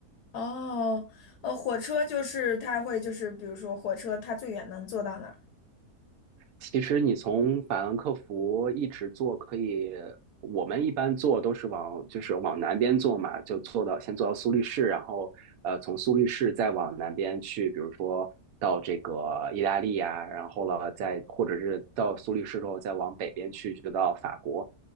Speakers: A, on the left (about 85°); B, on the right (about 70°).
A: 哦，呃，火车就是它会就是，比如说火车它最远能坐到哪儿？
B: 其实你从法兰克福一直坐，可以，我们一般坐都是往就是往南边坐嘛，就坐到先坐到苏黎世，然后呃从苏黎世再往南边去，比如说到这个意大利呀，然后了再或者是到苏黎世之后再往北边去，就到法国。